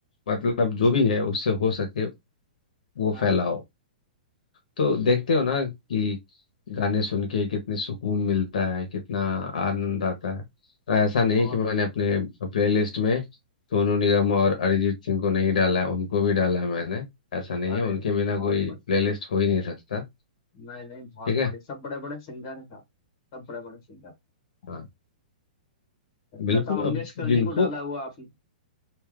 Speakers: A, on the left; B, on the left.
A: मतलब जो भी है उससे हो सके वो
B: हाँ
A: फैलाओ तो देखते हो ना कि गाने सुन के कितने सुकून मिलता है कितना आनंद आता है और ऐसा नहीं
B: बहुत
A: कि मैंने अपने प्लेलिस्ट में सोनू निगम और अरिजीत सिंह को नहीं डाला है उनको भी डाला है मैंने ऐसा नहीं
B: अरे
A: है उनके बिना
B: बहुत
A: कोई
B: बड़े
A: प्लेलिस्ट हो ही नहीं सकता
B: नहीं नहीं बहुत
A: ठीक है
B: बड़े सब बड़े बड़े सिंगर हैं साहब सब बड़े बड़े सिंगर
A: हाँ बिल्कुल
B: लता मंगेशकर
A: अब जिनको
B: जी को डाला हुआ आपने